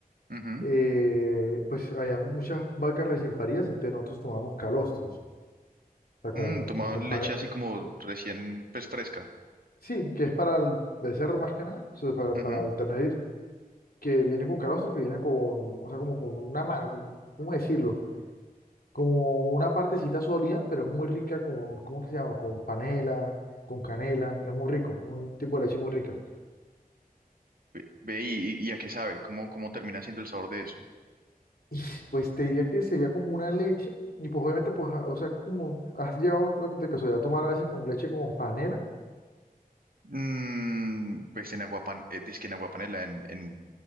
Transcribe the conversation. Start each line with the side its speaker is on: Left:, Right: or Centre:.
Right: Ujú.
Left: eh, pues había muchas vacas recién paridas, entonces nosotros tomábamos calostros, o sea, como,
Right: Mm, tomaban
Left: como con pane-
Right: leche así como recién, pues fresca.
Left: Sí, que es para el becerro más que nada, o sea, para,
Right: Ujú.
Left: para el ternerito, que viene con calostro, que viene con, o sea, como con una, ma- como- ¿cómo decirlo? Como una partecita sólida, pero es muy rica con, ¿cómo que se llama? Con panela, con canela, es muy rico, un tipo de leche muy rica.
Right: Ve, ve y, y- y a qué sabe, ¿cómo, cómo termina siendo el sabor de eso?
Left: y Pues te diría que sería como una leche y pues obviamente pues, ah, o sea, como has llegado de casualidad a tomar a veces con leche como panela,
Right: Mm, pues en aguapan, eh, dizque en aguapanela, en, en,